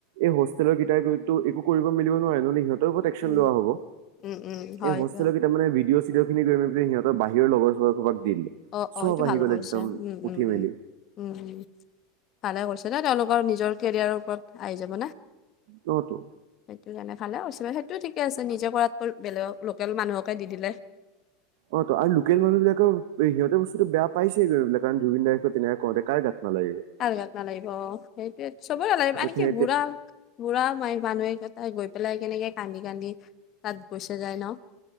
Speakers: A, on the right; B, on the left.
A: এই হোষ্টেলৰ গিটাই গৈতো একো কৰিব মেলিব নোৱাৰে নহ'লে ইহঁত তৈবত এক্সন
B: উম
A: লোৱা হ'ব
B: উম উম হয়
A: এই হোষ্টেল
B: দিয়া।
A: গিত- তামানে ভিডিঅ চিডিঅ খিনি গৈ <unintelligible> সিহঁত বাহিৰ লগৰ চগৰ সোপাক দি দিলে।
B: অ
A: চব
B: অ এইটো
A: আহি
B: ভাল
A: গ'ল
B: কৰিছা
A: একদম
B: উ
A: উঠি
B: উ উম।
A: মেলি
B: উম উম ভালে কৰিছে দে তেওঁলোকৰ নিজৰ কেৰিয়াৰৰ ওপৰত আহি যাব না।
A: ন তো।
B: সেইটো কাণে ভালে কৈছে সেইটোও ঠিকে আছে নিজে কৰাতকৈ বেলেগক লোকেল মানুহকে দি দিলে।
A: অ ত আৰু লোকেল মানুহ বিলাকেও সিহঁতে বস্তুটো বেয়া পাইছে গৈ পিলে কাৰণ জুবিন দাই কৈ তেনেকে কওঁতে কাৰ গাত নালাগিব।
B: কাৰ গাত নালাগিব সেইটোৱে চবৰে লাগিব
A: পিছত
B: আনকি
A: সিহঁতে
B: বুঢ়া বুঢ়া মায় মানুহে কেটাই গৈ পেলাই কেনেকে কান্দি কান্দি তাত গৈচা যায় ন